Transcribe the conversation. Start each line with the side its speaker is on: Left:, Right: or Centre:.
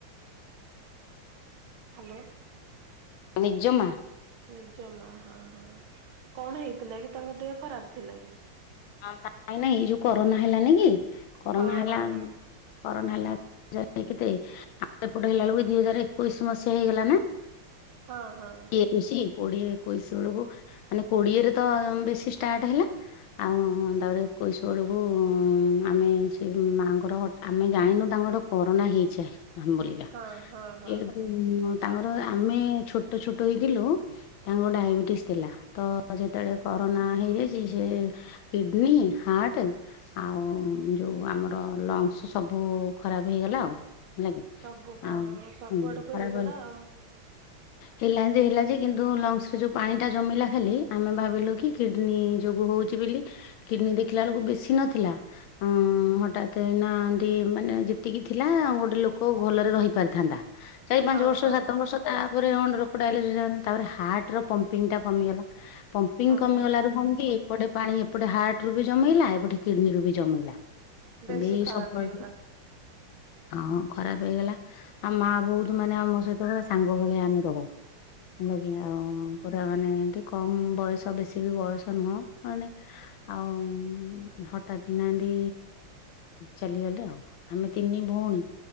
Right: ହାଲୋ।
Left: ନିଜ ମା।
Right: ନିଜ ମା ହଁ ହଁ କଣ ହେଇଥିଲା କି ତାଙ୍କ ଦେହ ଖରାପ ଥିଲା କି?
Left: ଆଁ ନାଇଁ ନାଇଁ ଏଇ ଯୋଉ କରୋନା ହେଲାନି କି କରୋନା
Right: ହଁ
Left: ହେଲା
Right: ହଁ
Left: କରୋନା ହେଲା ଦି ହଜାରେ କେତେ ଆଉ ଏପଟେ ହେଲା ବେଳକୁ ହଜାର ଏକୋଇଶ ମସିହା ହେଇଗଲା ନା।
Right: ହଁ ହଁ।
Left: ଏକୋଇଶି କୋଡିଏ ଏକୋଇଶି ବେଳକୁ ମାନେ କୋଡିଏରେ ତ ବେଶୀ ଷ୍ଟାର୍ଟ ହେଲା ଆଉ ତାପରେ ଏକୋଇସି ବେଳକୁ ଆମେ ସେ ମାଆଙ୍କର ହଟା ଆମେ ଜାଣିନୁ ତାଙ୍କଠେ କରୋନା ହେଇଚି ହମ ବୋଲିକା
Right: ହଁ ହଁ ହଁ।
Left: ସିଏ ହେଠୁ ଉଁ ତାଙ୍କର ଆମେ ଛୋଟ ଛୋଟ ହେଇଥିଲୁ ତାଙ୍କୁ ଡାଇବେଟିସ୍ ଥିଲା ତ ତ ଯେତେବେଳେ କରୋନା ହେଇଯାଇଚି ସେ କିଡନୀ ହାର୍ଟେ ଆଉ ଯୋଉ ଆମର ଲଙ୍ଗସ୍ ସବୁ ଖରାପ ହେଇଗଲା ଆଉ। ହେଲାକି
Right: ସବୁ ହଁ
Left: ଆ
Right: ସବୁ
Left: ହୁଁ
Right: ଆଡକୁ
Left: ଖରାପ
Right: ହେଇଗଲା
Left: ହେ
Right: ଆଉ
Left: ହେଲା ଯେ ହେଲା ଯେ କିନ୍ତୁ ଲଙ୍ଗସ ରେ ଯୋଉ ପାଣି ଟା ଜମିଲା ଖାଲି ଆମେ ଭାବିଲୁ କି କିଡନୀ ଯୋଗୁ ହଉ ଚି ବୋଲି କିଡନୀ ଦେଖିଲା ବେଳକୁ ବେଶୀ ନଥିଲା ହଁ ହଠାତ ନା ଏନ୍ତୀ ମାନେ ଯେତିକି ଥିଲା ଗୋଟେ ଲୋକ ଭଲରେ ରହି ପାରିଥାନ୍ତା। ଚାରି ପାଞ୍ଚ
Right: ହଁ
Left: ବର୍ଷ
Right: ହଁ।
Left: ସାତ ବର୍ଷ ତାପରେ ଅ <inaudible> ତାପରେ ହାର୍ଟର ପମ୍ପିଙ୍ଗଟା କମିଗଲା ପମ୍ପିଙ୍ଗ
Right: ହଁ
Left: କମିଗଲାରୁ
Right: ହଁ
Left: କଣ କି? ଏପଟେ ପାଣି ଏପଟେ ହାର୍ଟରୁ ବି ଜମେଇଲା ଏପଟେ କିଡନୀରୁୁ ବି ଜମେଇଲା।
Right: ବେଶୀ
Left: ଭି
Right: ଖରାପ
Left: ସବୁ
Right: ହେଇଗଲା
Left: ଆ ହଁ ଖରାପ ହେଇଗଲା ଆଉ ମା ବୋଉତ ମାନେ ଆମ ସହିତ ପୁରା ସାଙ୍ଗ ଭଳିଆ ଆମେ ରହୁ। ହେଲା କି ଆଉ ପୁରା ମାନେ ଏମତି କମ୍ ବୟସ ବେଶୀ ବି ବୟସ ନୁହଁ ମାନେ ଆଉ ହଠାତ୍ କିନା ଏନ୍ତି ଚାଲିଗଲେ ଆଉ ଆମେ ତିନି ଭଉଣୀ